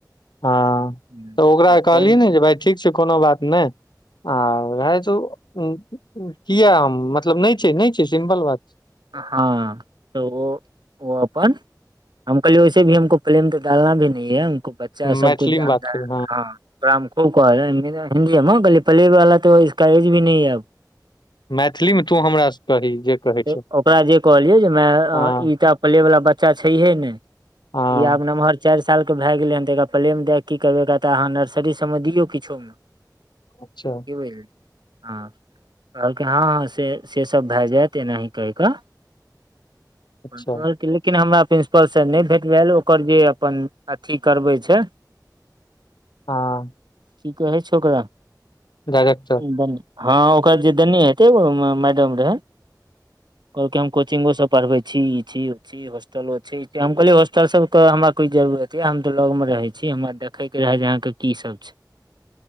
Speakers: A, on the left (about 80°); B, on the right (about 80°).
A: हँ
B: हम्म,
A: तऽ ओकरा
B: आ
A: कहलही
B: पेन
A: ने जे भाय ठीक छै कोनो बात नय आ रहै छौ ऊ किया मतलब नय छै नय छै सिम्पल बात छै
B: हँ तऽ ओ ओ अपन हम कहलियै वैसे भी हमको प्र्लेम तऽ डालना भी नी है हमको बच्चा
A: छै मैथिलीमे
B: सबकुछ जानता
A: बात करू
B: है हँ ओकरा हम खूब कहलियै हिन्दी गली पले वाला त इसका एज भी नहीं है अब
A: मैथिलीमे तू हमराास कही जे कहै
B: तऽ
A: छौ
B: ओकरा जे कहलियै जे म
A: हँ
B: ईटा प्लेवला बच्चा छैहे नैय
A: हँ
B: ई आब नम्हर चारि साल के भए गेलै हन तऽ एकरा प्ले मे दए कऽ की करबै एकऽ त अहाँ नर्सरी सबमे दियौ किछो मे
A: अच्छा
B: कि बूझली हाँ कहलक हँ ह से से सब भए जायत तेनाही कही क आ
A: अच्छा
B: अपन तोहर क्लिक लेकिन हमरा प्रिंसिपल स नय भेट भेल ओकर जे अपन अथी करबे छै
A: हँ
B: की कहै छै ओकरा
A: डायरेक्टर
B: एकदम हँ ओकरा
A: जी
B: जे देने हेतै ओइमे मैडम रहे कहलकै हम कोचिंगो से पढ़बै छी ई छी ओ छी ई हॉस्टलो छै हम कहलिय हॉस्टल सब के हमरा कोई जरूरत य हम तऽ लग मे रहे छी हम देखैके रहै जे अहाँके की सब छै